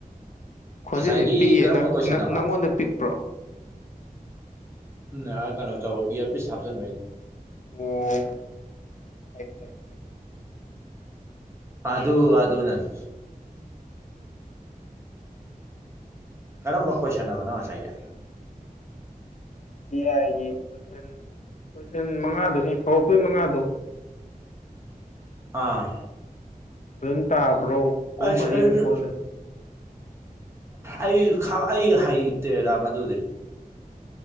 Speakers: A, on the left (about 55°); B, on the right (about 15°).
A: ꯈꯣꯟꯖꯦꯜꯁꯦ
B: ꯉꯁꯥꯏꯒꯤ
A: ꯄꯤꯛꯑꯦ
B: ꯀꯔꯝꯕ
A: ꯅꯪ
B: ꯀꯣꯏꯁꯟ
A: ꯅꯪ
B: ꯑꯕ
A: ꯅꯪꯉꯣꯟꯗ ꯄꯤꯛꯄ꯭ꯔꯣ
B: ꯎꯝ ꯅꯑ ꯀꯩꯅꯣ ꯇꯧ ꯏꯌ꯭ꯔꯄꯤꯁ ꯍꯥꯞꯆꯟꯕꯩꯅꯤ
A: ꯑꯣ ꯐꯩ ꯐꯩ
B: ꯑꯗꯨ ꯑꯗꯨꯅꯅꯤ ꯀꯔꯝꯕ ꯀꯣꯏꯁꯟ ꯑꯕ ꯅꯪ ꯉꯁꯥꯏꯒꯤ
A: ꯗꯤ ꯑꯥꯏꯒꯤ ꯀꯣꯏꯁꯟ ꯀꯣꯏꯁꯟ ꯃꯉꯥꯗꯨꯍꯦ ꯍꯧꯔꯛꯄꯩ ꯃꯉꯥꯗꯣ
B: ꯑꯥ
A: ꯐꯖꯅ ꯇꯥꯕ꯭ꯔꯣ ꯑꯍꯨꯝ
B: ꯑꯁ
A: ꯃꯔꯤꯃꯨꯛ
B: ꯑꯩꯁꯨ
A: ꯍꯣꯠꯂꯦ
B: ꯑꯩ ꯈꯪ ꯑꯩ ꯍꯩꯇꯦꯗ ꯃꯗꯨꯗꯤ